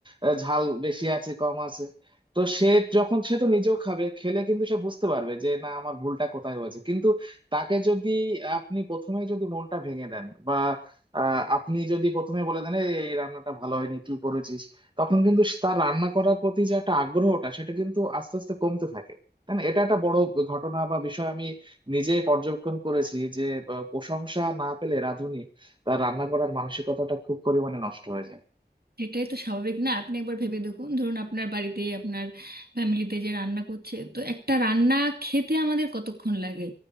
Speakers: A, on the right; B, on the right.
A: আহ, ঝাল বেশি আছে কম আছে তো সে যখন সে তো নিজেও খাবে খেলে কিন্তু সে বুঝতে পারবে যে না আমার ভুলটা কোথায় হয়েছে কিন্তু তাকে যদি আপনি প্রথমেই যদি মনটা ভেঙে দেন আহ আপনি যদি প্রথমে বলে দেন "এই এই রান্নাটা ভালো হয়নি কি করেছিস তখন কিন্তু তার রান্না করার প্রতি যে একটা আগ্রহটা সেটা কিন্তু আস্তে আস্তে কমতে থাকে তাই না এটা একটা বড় ঘটনা বা বিষয় আমি নিজে পর্যবেক্ষণ করেছি যে আহ, প্রশংসা না পেলে রাঁধুনি তার রান্না করার মানসিকতাটা খুব পরিমাণে নষ্ট হয়ে যায়
B: সেটাই তো স্বাভাবিক না আপনি একবার ভেবে দেখুন ধরুন আপনার বাড়িতে আপনার ফ্যামিলিতে যে রান্না করছে তো একটা রান্না খেতে আমাদের কতক্ষণ লাগে